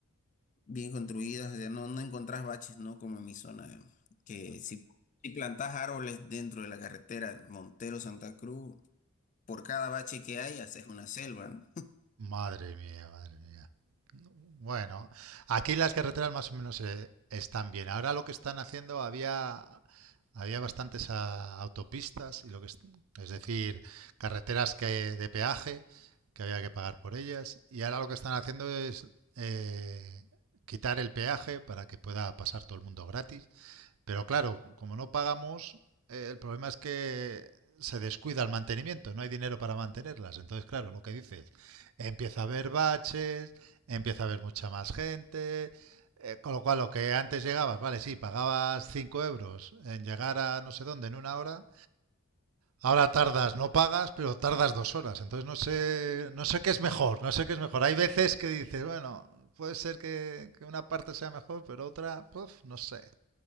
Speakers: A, on the left; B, on the right.
A: bien construidas, ya no, no encontrás baches, ¿no? Como en mi zona, eh, que si, si plantás árboles dentro de la carretera Montero-Santa Cruz, por cada bache que hay haces una selva, ¿no?
B: Madre mía, madre mía. Bueno, aquí las carreteras más o menos eh, están bien. Ahora lo que están haciendo, había, había bastantes ah, autopistas y lo que es, es decir, carreteras que de peaje que había que pagar por ellas. Y ahora lo que están haciendo es eh, quitar el peaje para que pueda pasar todo el mundo gratis. Pero claro, como no pagamos, eh, el problema es que se descuida el mantenimiento, no hay dinero para mantenerlas. Entonces, claro, lo que dices, empieza a haber baches, empieza a haber mucha más gente, eh, con lo cual lo que antes llegabas, vale, sí, pagabas 5 euros en llegar a no sé dónde en una hora, ahora tardas, no pagas, pero tardas dos horas. Entonces no sé, no sé qué es mejor, no sé qué es mejor. Hay veces que dices, bueno, puede ser que, que una parte sea mejor, pero otra, pues, no sé.